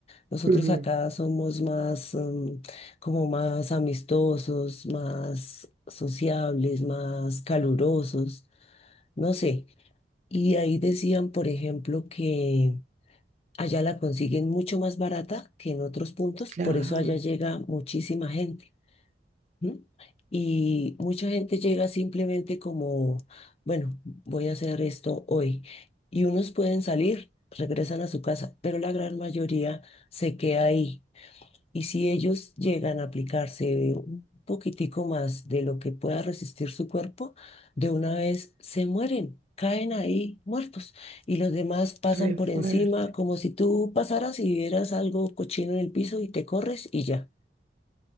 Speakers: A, on the left; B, on the right.
A: Nosotros
B: Ujú,
A: acá somos más, mm, como más amistosos, más sociables, más calurosos, no sé. Y ahí decían, por ejemplo, que allá la consiguen mucho más barata que en otros puntos,
B: Claro,
A: por eso allá llega muchísima gente. ¿Mm? Y mucha gente llega simplemente como, bueno, voy a hacer esto hoy. Y unos pueden salir, regresan a su casa, pero la gran mayoría se queda ahí. Y si ellos llegan a aplicarse un poquitico más de lo que pueda resistir su cuerpo, de una vez se mueren. caen ahí muertos y los demás pasan
B: re
A: por
B: fuerte.
A: encima como si tú pasaras y vieras algo cochino en el piso y te corres y ya.